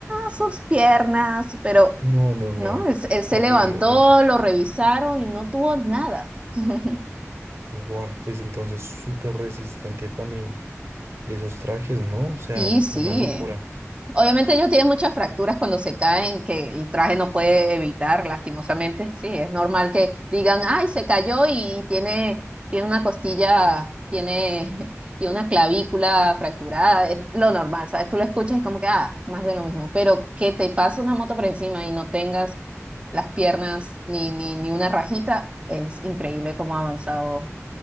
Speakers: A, on the right; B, on the right.
A: sus piernas, pero
B: No, no, no.
A: ¿no? Él, él se
B: Horrible,
A: levantó,
B: horrible.
A: lo revisaron y no tuvo nada. <laughs>
B: Wow, pues entonces súper resistente también esos trajes, ¿no? O sea,
A: Sí, sí.
B: una locura.
A: Obviamente ellos tienen muchas fracturas cuando se caen, que el traje no puede evitar, lastimosamente. Sí, es normal que digan, ay, se cayó y tiene, tiene una costilla, tiene, <laughs> tiene una clavícula fracturada. Es lo normal, ¿sabes? Tú lo escuchas y como que, ah, más de lo mismo. Pero que te pase una moto por encima y no tengas las piernas ni, ni, ni una rajita, es increíble cómo ha avanzado